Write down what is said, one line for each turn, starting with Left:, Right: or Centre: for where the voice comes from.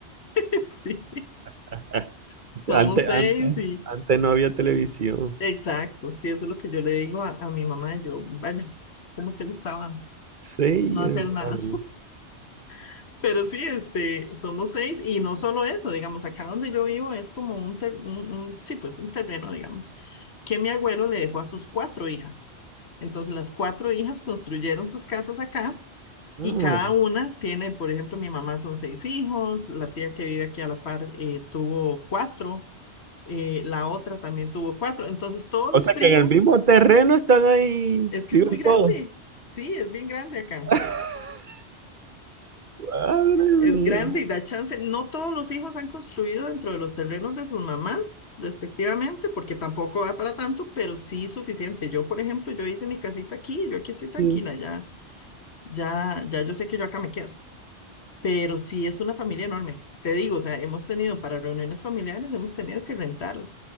Left: <laughs> Sí,
Right: <laughs>
Left: somos
Right: Antes,
Left: seis
Right: antes,
Left: y
Right: antes no había televisión.
Left: exacto. Sí, eso es lo que yo le digo a, a mi mamá. Yo, vaya, ¿cómo te gustaba
Right: Seis
Left: no hacer nada?
Right: hermanos.
Left: <laughs> Pero sí, este, somos seis y no solo eso, digamos, acá donde yo vivo es como un, ter- un, un- sí, pues un terreno, digamos, que mi abuelo le dejó a sus cuatro hijas. Entonces, las cuatro hijas construyeron sus casas acá
Right: Ah,
Left: y cada una tiene, por ejemplo, mi mamá son seis hijos, la tía que vive aquí a la par eh, tuvo cuatro. eh, la otra también tuvo cuatro. Entonces, todos
Right: o
Left: los
Right: sea
Left: primos,
Right: que en el mismo terreno están ahí,
Left: es que
Right: viven
Left: es muy grande.
Right: todos.
Left: Sí, es bien grande acá.
Right: <laughs> Madre
Left: Es
Right: mía.
Left: grande y da chance. No todos los hijos han construido dentro de los terrenos de sus mamás, respectivamente, porque tampoco da para tanto, pero sí suficiente. Yo, por ejemplo, yo hice mi casita aquí, yo aquí estoy tranquila,
Right: Sí.
Left: ya, ya, ya yo sé que yo acá me quedo. Pero sí es una familia enorme. Te digo, o sea, hemos tenido para reuniones familiares, hemos tenido que rentar